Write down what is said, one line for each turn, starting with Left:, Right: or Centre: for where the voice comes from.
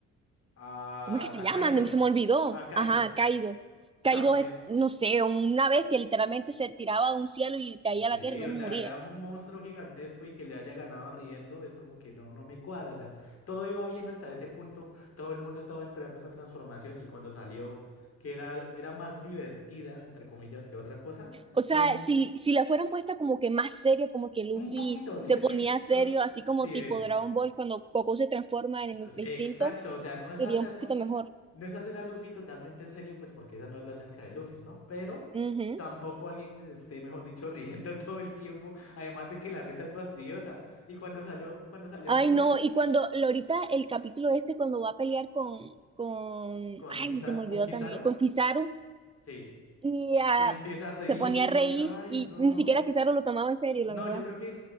Left: A,
Right: ¿Cómo es que se
Left: a
Right: llama?
Left: Kaido.
Right: No, Se me olvidó.
Left: A Kaido
Right: Ajá, Kaido. Kaido
Left: también.
Right: es, no sé, una bestia, literalmente se tiraba de un cielo y caía
Left: Sí,
Right: a la tierra y no
Left: o
Right: se
Left: sea,
Right: moría.
Left: era un monstruo gigantesco y que le haya ganado riendo es como que no, no me cuadra. O sea, todo iba bien hasta ese punto. Todo el mundo estaba esperando esa transformación y cuando salió, que era, era más divertida, entre comillas, que otra cosa,
Right: O
Left: fue
Right: sea,
Left: un,
Right: si, si la fueran puesta como que más serio, como que Luffy
Left: un poquito. Sí,
Right: se
Left: es
Right: ponía
Left: que...
Right: serio,
Left: eh,
Right: así como
Left: sí.
Right: tipo Dragon Ball, cuando Goku se transforma en
Left: Es-
Right: el Ultra
Left: Exacto,
Right: Instinto,
Left: o sea, no es
Right: sería
Left: hacerlo,
Right: un poquito mejor.
Left: no es hacer a Luffy totalmente en serio, pues porque esa no es la esencia de Luffy, ¿no? Pero
Right: Ujú.
Left: tampoco alguien que se esté, mejor dicho, <laughs> riendo todo el tiempo, además de que la risa es fastidiosa. Y cuando salió, cuando salió
Right: Ay,
Left: el primer
Right: no, y cuando, lo- ahorita el capítulo este, cuando va a pelear con, con,
Left: con
Right: ay,
Left: Kiza-
Right: se me olvidó
Left: con Kizaru,
Right: también, con Kizaru,
Left: sí,
Right: Y ah,
Left: y empieza a reír
Right: se ponía a reír
Left: y, ay,
Right: y
Left: no.
Right: ni siquiera Kizaru lo tomaba en serio,
Left: No,
Right: la verdad.
Left: yo creo que,